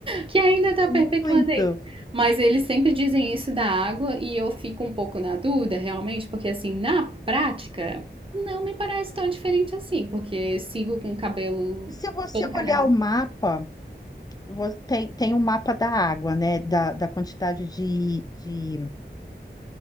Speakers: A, on the right; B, on the left.
A: que ainda está
B: É
A: perpetuando
B: Muito.
A: aí. Mas eles sempre dizem isso da água e eu fico um pouco na dúvida, realmente, porque assim, na prática, não me parece tão diferente assim, porque eu sigo com o cabelo
B: Se você
A: todo cagado.
B: olhar o mapa, vo- tem, tem o mapa da água, né? Da, da quantidade de, de,